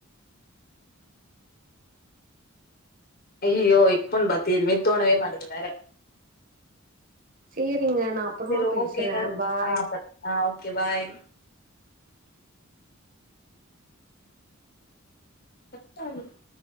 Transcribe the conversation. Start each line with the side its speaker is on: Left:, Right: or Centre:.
Left: அய்யியோ இப்பன் பாத்து எதுமே தோணவே மாட்டுது வேற
Right: சேரிங்க நா அப்றமா
Left: சரி
Right: பேசுறே
Left: ஓகேங்க
Right: பாய்
Left: ஆ ஆ ஓகே பாய் <inaudible>